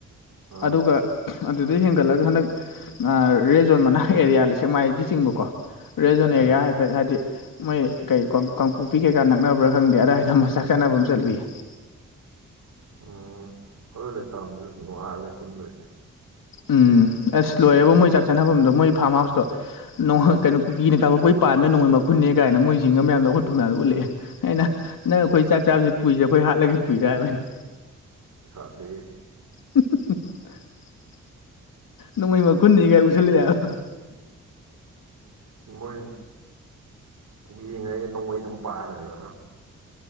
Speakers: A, on the right (about 65°); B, on the left (about 80°).
A: ꯑꯥ
B: ꯑꯗꯨꯒ ꯑꯗꯨꯗꯩ ꯍꯦꯟꯒꯠꯂꯒ ꯍꯟꯗꯛ ꯑꯥ ꯔꯦꯠ ꯖꯣꯟ ꯃꯅꯥꯛ ꯑꯦꯔꯤꯌꯥ ꯂ ꯁꯦꯛꯃꯥꯏꯗꯤ ꯆꯤꯡꯕꯀꯣ ꯔꯦꯖꯣꯟ
A: ꯎꯝ
B: ꯑꯦꯔꯤꯌꯥ ꯐꯦꯠ ꯍꯥꯏꯗꯤ ꯃꯣꯏ ꯀꯩ ꯀꯥꯡꯄꯣꯛꯄꯤ ꯀꯩꯀꯥ ꯅꯛꯅꯕ꯭ꯔꯥ ꯈꯪꯗꯦ ꯑꯗꯥꯏꯗ ꯃꯆꯥꯛ ꯆꯥꯅꯕ ꯑꯃ ꯆꯠꯂꯨꯏꯌꯦ
A: ꯎꯝ ꯑꯗꯨ ꯂꯩꯇꯥꯝꯗꯨꯖꯨ ꯅꯨꯡꯉꯥꯏꯕꯅꯦ ꯄꯨꯟꯕꯩ
B: ꯎꯝ ꯑꯁ ꯂꯣꯏꯔꯦꯕꯨ ꯃꯣꯏ ꯆꯥꯛ ꯆꯥꯅꯐꯝꯗꯣ ꯃꯣꯏ ꯐꯥꯔꯝ ꯍꯥꯎꯁꯇꯣ ꯅꯣꯡ ꯀꯩꯅꯣ ꯀꯨꯀꯤꯅ ꯀꯥꯄꯛꯄꯩ ꯄꯥꯟꯕꯩ ꯅꯣꯡꯃꯩ ꯃꯈꯨꯟꯅꯦ ꯀꯥꯏꯅ ꯃꯣꯏ ꯖꯤꯡꯒ ꯃꯌꯥꯝ ꯂꯧ ꯍꯨꯠꯄ ꯃꯌꯥꯝꯗꯣ ꯎꯠꯂꯑꯦ ꯑꯩꯅ ꯅꯪ ꯑꯩꯈꯣꯏ ꯆꯥꯛ ꯆꯥꯕꯖꯦ ꯄꯨꯨꯏꯖꯦ ꯑꯈꯣꯏ ꯍꯥꯠꯂꯒꯦ ꯄꯨꯏꯔꯥ ꯍꯥꯏꯕ ꯑꯩꯅ
A: <unintelligible>
B: <unintelligible> <inaudible> ꯅꯣꯡꯃꯩ ꯃꯈꯨꯟꯅꯤꯒꯥꯏ ꯎꯁꯤꯜꯂꯑꯦ ꯍꯥꯏꯕ
A: ꯃꯣꯏ ꯄꯨꯕꯤꯌꯦꯡꯉꯩ ꯅꯣꯡꯃꯩ ꯗꯨꯝ <unintelligible>